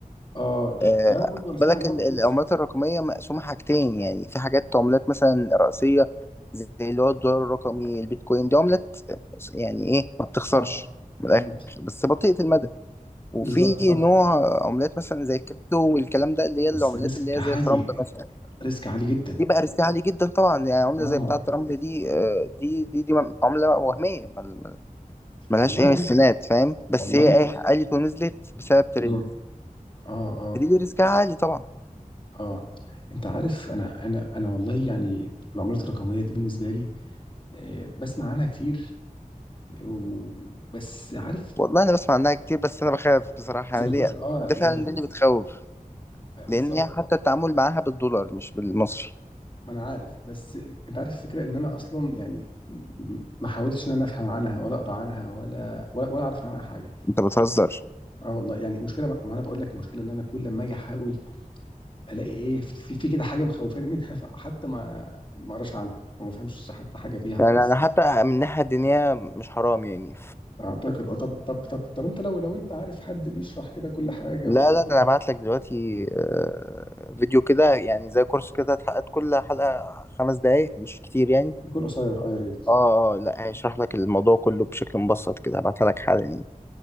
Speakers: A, on the left; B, on the left.
A: اه ده
B: آه،
A: ده برضو
B: خد
A: انا سامع
B: بالك
A: ان هو
B: ال-
A: كويس
B: العملات الرقمية مقسومة حاجتين يعني في حاجات عملات مثلا رئيسية زي اللي هو الدولار الرقمي البيتكوين دي عملات يعني ايه ما بتخسرش
A: اه
B: من
A: امم
B: الآخر بس بطيئة المدى وفي
A: بالظبط صح
B: نوع عملات مثلا زي الكريبتو والكلام ده اللي هي العملات
A: بس ريسك
B: اللي
A: عالي
B: هي زي ترامب مثلا
A: ريسك عالي جدا
B: دي بقى ريسك عالي جدا طبعا يعني عملة
A: اه
B: زي بتاعة رمل دي آه، دي دي دي عملة وهمية مل- مل- ملهاش
A: والله
B: أي استناد
A: بص-
B: فاهم بس
A: والله
B: هي إيه علت ونزلت بسبب ترند
A: امم اه اه
B: دي دي ريسكها عالي طبعا
A: اه انت عارف انا انا انا والله يعني العملات الرقميه دي بالنسبه لي آه بسمع عنها كتير و- بس عارف
B: والله أنا بسمع عنها كتير بس أنا بخاف بصراحة
A: زي
B: يعني
A: ما اكون
B: دي
A: اه
B: ده
A: زي
B: فعلا
A: ما اكون
B: ده اللي
A: في-
B: بتخوف
A: آه، بالظبط
B: لأن هي حتى التعامل معاها بالدولار مش بالمصري
A: ما انا عارف بس انت عارف الفكره ان انا اصلا يعني م- م- ما حاولتش ان انا افهم عنها ولا اقرا عنها ولا ولا ولا اعرف عنها حاجه
B: أنت بتهزر
A: اه والله يعني المشكله بقى- ما انا بقول لك المشكله اللي انا كل ما اجي احاول الاقي ايه في, في, في كده حاجه مخوفاني منها فحتى ما ما اقراش عنها وما افهمش حتى حاجه فيها خالص
B: يعني أنا حتى من الناحية الدينية مش حرام يعني
A: اعتقد اه طب طب طب طب انت لو لو انت عارف حد بيشرح كده كل حاجه
B: لا
A: ويكون
B: لا ده انا هبعت لك دلوقتي آه، فيديو كده يعني زي كورس كده اتحققت كل حلقة خمس دقايق مش كتير يعني
A: قصير اه يا ريت
B: اه اه لا هشرح لك الموضوع كله بشكل مبسط كده هبعتها لك حالا يعني